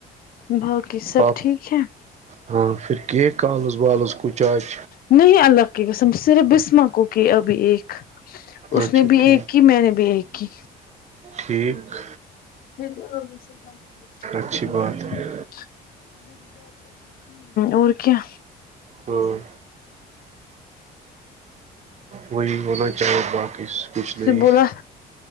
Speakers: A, on the left (about 60°); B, on the right (about 40°).
A: باقی سب
B: آپ
A: ٹھیک ہے
B: ہاں پھر کی کالز والز کچھ آچ
A: نہیں اللہ کی قسم صرف بسمہ کو کی ابھی ایک اس
B: اچھا
A: نے بھی
B: ٹھیک
A: ایک کی میں نے بھی ایک کی
B: ٹھیک
A: <inaudible>
B: اچھی بات ہے
A: اور کیا
B: ہوں وہی ہونا چاہیے کچھ نہیں
A: سے بولا